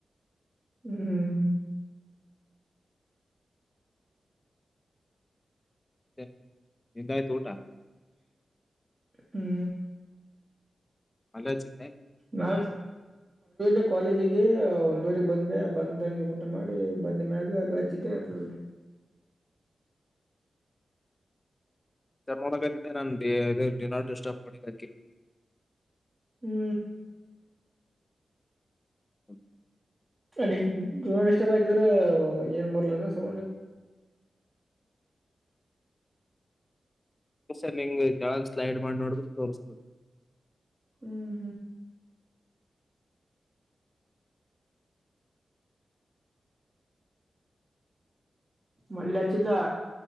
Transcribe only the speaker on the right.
ಹೂ
ಹೂ
ನಾನ್ು ಕಾಲೇಜಿಗೆ ಒಂದ್ವರೆಗೆ ಬಂದೆ ಬಂದಂಗೆ ಊಟ ಮಾಡಿ ಬಂದ ಮ್ಯಾಗ ಆ ಚಿದ್ಧಯತ್ಲ
ಹೂ
ಡ ಡಿಸ್ಟರ್ಬ್ ಆಾಕಿದ್ರ ಏನ್ ಬರ್ಲ ಸೋ
ಹೂ ಮಳ್ಳಚದ